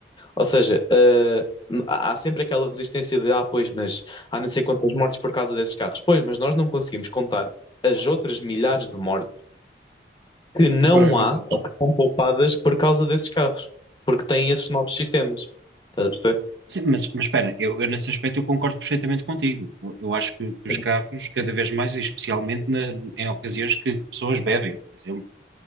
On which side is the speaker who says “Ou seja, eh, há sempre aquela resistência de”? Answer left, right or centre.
Left